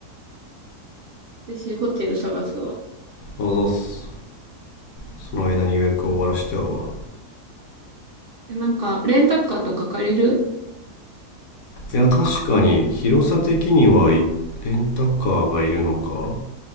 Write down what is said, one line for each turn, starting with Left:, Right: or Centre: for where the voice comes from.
Right: 私、ホテル探すわ。
Left: あざっす。その間に予約を終わらしちゃうわ。
Right: え、なんか、レンタカーとか借りる
Left: いや、確かに広さ的にはレンタカーがいるのか